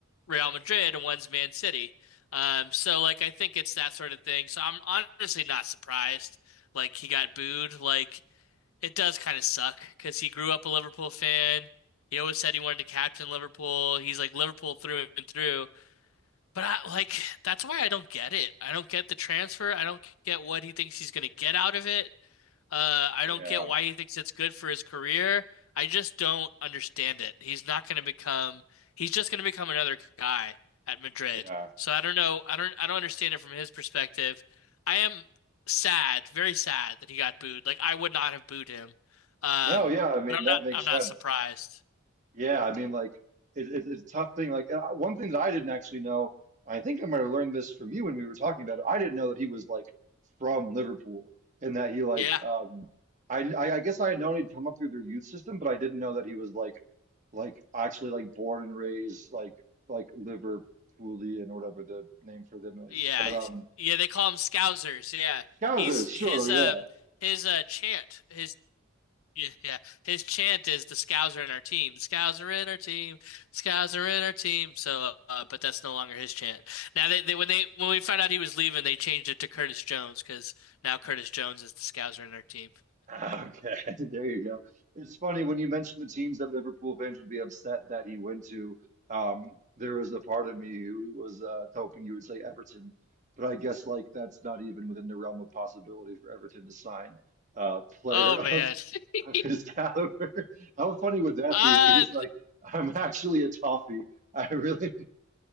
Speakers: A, on the left; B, on the right.
A: Real Madrid and one's Man City. Um, so like I think it's that sort of thing. So I'm honestly not surprised. Like he got booed. Like it does kind of suck because he grew up a Liverpool fan. He always said he wanted to captain Liverpool. He's like Liverpool through and through. But I like that's why I don't get it. I don't get the transfer. I don't get what he thinks he's going to get out of it. Uh, I
B: Yeah,
A: don't get why he thinks it's good for his career. I just don't understand it. He's not going to become, he's just going to become another guy at Madrid.
B: yeah,
A: So I don't know. I don't, I don't understand it from his perspective. I am sad, very sad that he got booed. Like I would not have booed him. Um,
B: No, yeah, I mean
A: but I'm
B: that
A: not,
B: makes
A: I'm
B: sense.
A: not surprised.
B: Like, yeah, I mean, like it, it, it's a tough thing. Like, and I- one thing that I didn't actually know, I think I might have learned this from you when we were talking about it. I didn't know that he was like from Liverpool and that he like,
A: Yeah.
B: um, I, I I guess I had known he'd come up through their youth system, but I didn't know that he was like, like actually like born and raised like like Liverpoolian or whatever the name for them is.
A: Yeah.
B: But
A: he's-
B: um.
A: Yeah. They call him Scousers. Yeah.
B: Scousers,
A: He's his,
B: sure, yeah.
A: um, his, uh, chant, his Yeah, yeah. His chant is the Scows are in our team. The Scows are in our team. Scows are in our team. So, uh, but that's no longer his chant. Now they, they when they when we found out he was leaving, they changed it to Curtis Jones because now Curtis Jones is the Scows are in our team.
B: Okay. <laughs> There you go. It's funny when you mentioned the teams that Liverpool fans would be upset that he went to. Um, there was a part of me who was uh, hoping you would say Everton, but I guess like that's not even within the realm of possibility for Everton to sign a player
A: Oh
B: <laughs>
A: man.
B: of
A: <laughs>
B: of his caliber. How funny would that
A: Uh
B: be if he was like, "I'm actually a toffee. I really,